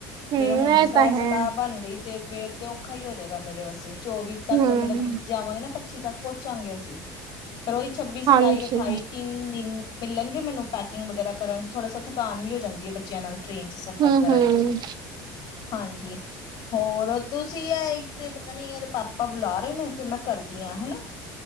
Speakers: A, on the right (about 55°); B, on the left (about 60°).
A: ਹੂੰ
B: ਤੇ ਹੁਣ ਜੇ
A: ਇਹ
B: ਸੇ-ਸਲਾਹ
A: ਤਾਂ ਹੈ
B: ਬਣ ਗਈ ਤੇ ਫੇਰ ਤੇ ਔਖਾ ਹੀ ਹੋ ਜਾਏਗਾ। ਮੇਰੇ ਵਾਸਤੇ ਚੌਵੀ ਤੱਕ
A: ਹੂੰ।
B: ਮਤਲਬ ਕਿ ਜਾਵਾਂਗੇ ਨਾ ਪੱਚੀ ਤੱਕ ਪਹੁੰਚਾਂਗੇ ਅਸੀ। ਫਿਰ ਉਹੀ ਛੱਬੀ, ਸਤਾਈ,
A: ਹਾਂਜੀ
B: ਅਠਾਈ, ਤਿੰਨ ਦਿਨ। ਮਿਲਣਗੇ। ਮੈਨੂੰ ਪੈਕਿੰਗ ਵਗੈਰਾ ਕਰਨ 'ਚ' ਥੋੜਾ ਸਾ ਥਾਕਣ ਵੀ ਹੋ ਜਾਂਦੀ ਏ, ਬ ਬੱਚਿਆਂ ਨਾਲ ਟ੍ਰੇਨ 'ਚ' ਸਫ਼ਰ
A: ਹੂੰ-ਹੂੰ,
B: ਕਰਨ 'ਚ', ਹਾਂਜੀ ਹੋਰ, ਤੁਸੀਂ ਇਹ ਇੱਕ ਤੇ ਪਤਾ ਨੀ ਯਾਰ ਪਾਪਾ ਬੁਲਾ ਰਹੇ ਨੇ। ਫਿਰ ਮੈਂ ਕਰਦੀ ਦੀਆਂ ਹਨਾ।